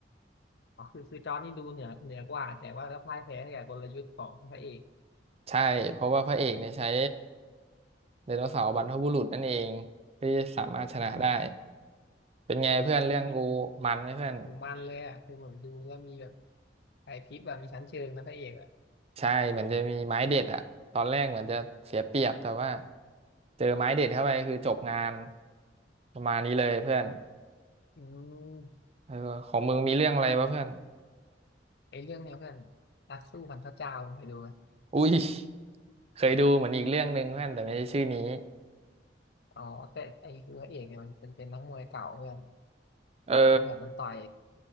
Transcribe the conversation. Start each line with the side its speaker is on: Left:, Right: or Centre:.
Left: อ๋อคือคือจอร์จนี่ดูเหนือเหนือกว่าแต่ว่าก็พ่ายแพ้ให้กับกลยุทธ์ของพระเอก
Right: ใช่เพราะว่าพระเอกเนี่ยใช้ไดโนเสาร์บรรพบุรุษนั่นเองเพื่อที่จะสามารถชนะได้
Left: อ๋อ
Right: เป็นไงเพื่อนเรื่องกูมันไหมเพื่อน
Left: คือดูมีถึงมันเลยอ่ะคือผมดูแล้วมีแบบไอพริบแบบมีชั้นเชิงนะพระเอกอ่ะ
Right: ใช่เหมือนจะมีไม้เด็ดอะตอนแรกเหมือนจะเสียเปรียบแต่ว่าเจอไม้เด็ดเข้าไปคือจบงานประมาณนี้เลยเพื่อน
Left: อืม
Right: เออของมึงมีเรื่องอะไรปะเพื่อน
Left: ไอเรื่องเนี้ยเพื่อนนักสู้พันพระเจ้าเคยดูไหม
Right: อุ้ยเคยดูเหมือนอีกเรื่องหนึ่งเพื่อนแต่ไม่ใช่ชื่อนี้
Left: อ๋อแต่ไอคือพระเอกเนี่ยมันเป็นเป็นนักมวยเก่าเพื่อน
Right: เออ
Left: แล้วแบบมันต่อย